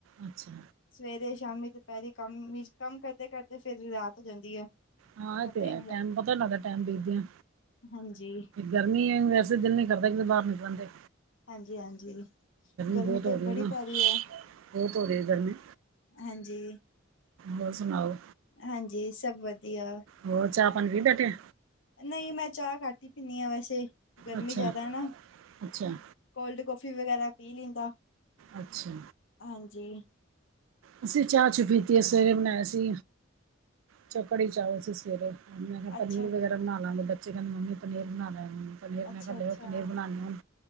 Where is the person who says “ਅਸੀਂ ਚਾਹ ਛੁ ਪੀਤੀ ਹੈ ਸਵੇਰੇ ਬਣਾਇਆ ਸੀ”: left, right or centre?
Right